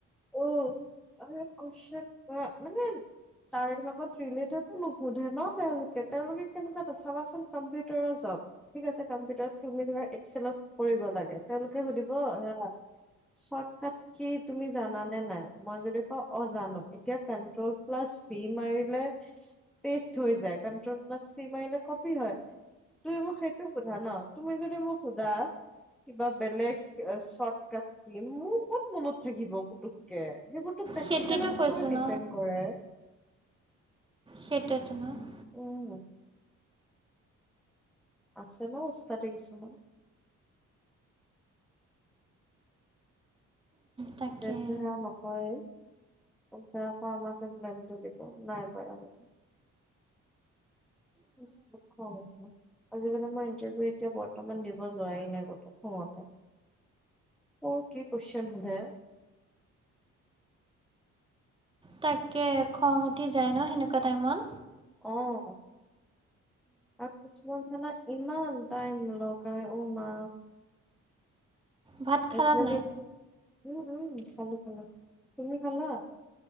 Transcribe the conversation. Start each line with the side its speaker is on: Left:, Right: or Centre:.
Centre: অ, আৰে <unintelligible> মানে তাৰে লগত ৰিলেটেডো নুশুধে ন তেওঁলোকে তেওঁলোকে কেনেকুৱা এটা চাবাচোন কম্পিউটাৰৰ জব। ঠিক আছে কম্পিউটাৰ তুমি ধৰা এক্সেলত কৰিব লাগে তেওঁলোকে সুধিব হা চৰ্টকাট কি তুমি জান নে নাই মই যদি ক অজানো এতিয়া কনট্ৰল প্লাছ ভি মাৰিলে পেষ্ট হৈ যায় কান্টোওল প্লাছ চি মাৰিলে কপি হয় তুমি মোক সেইটো সোধা ন তুমি যদি মোক সোধা কিবা বেলেগ চৰ্টকট কি মোৰ ক'ত মনত থাকিব। পুটোককে সেইবোৰতো প্ৰেক্টিকেলৰ
Right: সেইটোতো
Centre: ওপৰত
Right: কৈছোঁ
Centre: ডিপেণ্ড
Right: ন
Centre: কৰে।
Right: সেইটোৱেতো <unintelligible>
Centre: উম। আছে ন ওস্তাদি কিছুমান।
Right: তাকে
Centre: জেঠ ধৰা নকৰেই উল্টা আকৌ আমাকে ব্লেমটো দিব নাই পৰা বুলি। <unintelligible> খঙ উঠে আজিকালি মই ইণ্টাৰভিউ এতিয়া বৰ্তমান দিব যোৱাই নাই কতো খঙতে। ক কি কোৱেশ্চন সুধে।
Right: তাকে খং উঠি যায় ন সেনেকুৱা টাইমত।
Centre: অ', আৰু কিছুমান মানে ইমান টাইম লগাই অ', মা।
Right: ভাত খালা
Centre: <unintelligible>
Right: নাই
Centre: উম উম খালো খালো তুমি খালা।